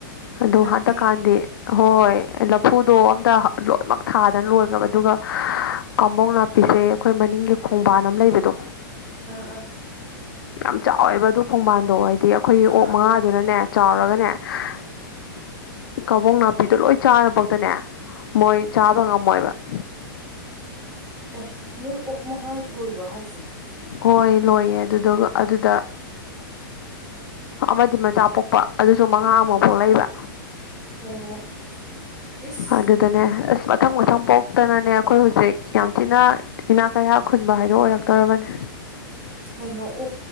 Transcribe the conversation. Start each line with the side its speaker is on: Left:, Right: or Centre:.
Left: ꯑꯗꯣ
Right: ꯍꯟꯗꯛꯇꯤ
Left: ꯍꯟꯗꯛꯀꯥꯟꯗꯤ ꯍꯣꯏ ꯂꯐꯨꯗꯣ ꯑꯝꯇ ꯂꯣꯏꯅꯃꯛ ꯊꯥꯗꯅ ꯂꯣꯏꯈ꯭ꯔꯕ ꯑꯗꯨꯒ ꯀꯥꯡꯕꯧ ꯅꯥꯄꯤꯁꯦ ꯑꯩꯈꯣꯏ ꯃꯅꯤꯡꯒꯤ ꯈꯣꯡꯕꯥꯟ ꯑꯃ ꯂꯩꯕꯗꯣ
Right: ꯑꯥ ꯑꯥ
Left: ꯌꯥꯝ ꯆꯥꯎꯋꯦꯕ ꯑꯗꯨ ꯈꯣꯡꯕꯥꯟꯗꯣ ꯍꯥꯏꯗꯤ ꯑꯩꯈꯣꯏꯒꯤ ꯑꯣꯛ
Right: ꯑꯥ
Left: ꯃꯉꯥꯗꯨꯅꯅꯦ
Right: ꯑꯥ
Left: ꯆꯥꯎꯔꯒꯅꯦ <inaudible> ꯀꯕꯨꯡ ꯅꯥꯄꯤꯗꯣ ꯂꯣꯏ ꯆꯥꯐꯛꯇꯅꯦ ꯃꯣꯏ ꯆꯥꯕ ꯉꯝꯃꯣꯏꯕ <inaudible>
Right: ꯑꯦ ꯅꯣꯏ ꯑꯣꯛ ꯃꯉꯥ ꯂꯣꯏꯕ꯭ꯔ ꯍꯥꯏꯁꯦ
Left: ꯍꯣꯏ ꯂꯣꯏꯌꯦ ꯑꯗꯨꯗꯨꯒ ꯑꯗꯨꯗ ꯑꯃꯗꯤ ꯃꯆꯥ ꯄꯣꯛꯄ ꯑꯗꯨꯁꯨ ꯃꯉꯥ ꯑꯃ ꯐꯥꯎ ꯂꯩꯕ
Right: ꯑꯣ ꯏꯁ
Left: ꯑꯗꯨꯗꯗꯅꯦ ꯃꯊꯪ ꯃꯊꯪ ꯄꯣꯛꯇꯅꯅꯦ ꯑꯩꯈꯣꯏ ꯍꯧꯖꯤꯛ ꯌꯥꯝ ꯊꯤꯅ ꯏꯅꯥꯛ ꯀꯌꯥꯥꯛ ꯈꯨ ꯝꯕ ꯍꯥꯏꯗꯣꯛ ꯑꯣꯏꯔꯛꯇꯣꯔꯔꯕꯅꯤ
Right: ꯀꯩꯅꯣ ꯑꯣ